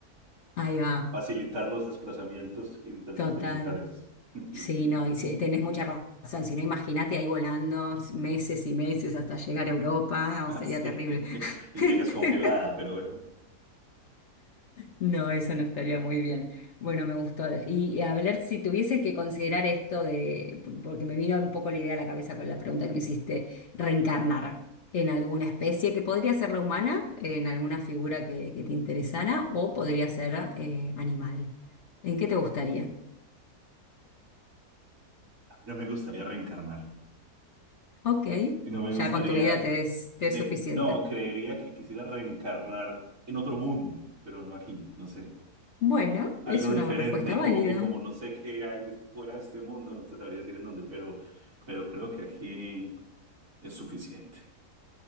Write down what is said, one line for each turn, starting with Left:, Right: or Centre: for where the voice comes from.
Left: Ahí va,
Right: facilitar los desplazamientos intercontinentales.
Left: total. Sí,
Right: <laughs>
Left: no, y sí, tenés mucha razón. Si no, imagínate ahí volando meses y meses hasta llegar a Europa,
Right: Ah,
Left: o sería
Right: sí.
Left: terrible.
Right: Y
Left: <laughs>
Right: llegas congelada, pero bueno,
Left: No, eso no estaría muy bien. Bueno, me gustó. Y a ver si tuvieses que considerar esto de, porque me vino un poco la idea a la cabeza con la pregunta que me hiciste, reencarnar en alguna especie que podría ser la humana, en alguna figura que, que te interesara, o podría ser eh, animal. ¿En qué te gustaría?
Right: no me gustaría reencarnar.
Left: Ok,
Right: Y no me
Left: ya
Right: gustaría.
Left: con tu vida te es, te
Right: me-
Left: es suficiente.
Right: no, creería que quisiera reencarnar en otro mundo, pero no aquí, no sé.
Left: Bueno,
Right: Algo
Left: es una
Right: diferente
Left: respuesta
Right: y
Left: válida.
Right: como, y como no sé qué hay de- fuera de este mundo, no te sabría decir en dónde, pero, pero creo que aquí es suficiente.